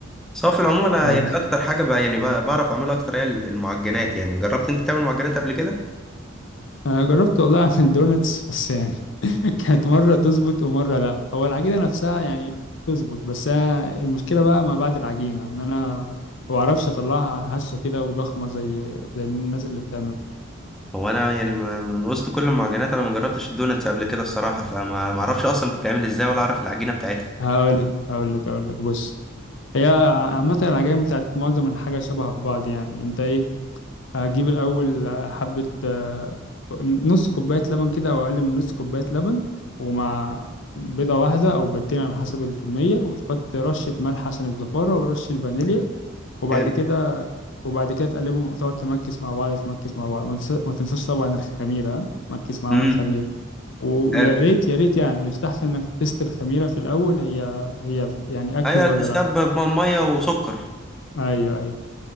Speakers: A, in the centre; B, on the left.
A: صافي العموم انا
B: خلاص
A: يعني اكتر حاجه بقى يعني بقى بعرف اعملها اكتر هي المعجنات يعني جربت انت تعمل معجنات قبل كده
B: انا جربت والله اعمل دونتس بس يعني <laughs> كانت مره تظبط ومره لا هو العجينه نفسها يعني تظبط بس أنا المشكله بقى ما بعد العجينه ان انا ما بعرفش اطلعها هشه كده وضخمه زي زي الناس اللي بتعملها
A: هو انا يعني ما- من وسط كل المعجنات انا ما جربتش الدوناتس قبل كده الصراحه فما ما اعرفش اصلا بتتعمل ازاي ولا اعرف العجينه بتاعتها
B: هقول لك هقول لك هقول لك بص هي ع- عامه العجائن بتاعت معظم الحاجه شبه بعض يعني انت ايه هجيب الأول حبة آه، نص كوباية لبن كده أو أقل من نص كوباية لبن ومع بيضة واحدة أو بيضتين على حسب الكمية وتحط رشة ملح عشان الزفارة ورشة فانيليا وبعد
A: حلو
B: كده وبعد كده تقلبهم وتقعد تمكس مع بعض تمكس مع بعض ما تنس- ما تنساش طبعا الخميرة ها؟ تمكس معاهم
A: امم
B: الخميرة ويا
A: حلو
B: ريت يا ريت يعني يستحسن إنك تست الخميرة في الأول هي هي يعني أكتف
A: ايوه
B: ولا
A: تسبب
B: لأ
A: ميه وسكر
B: أيوه أيوه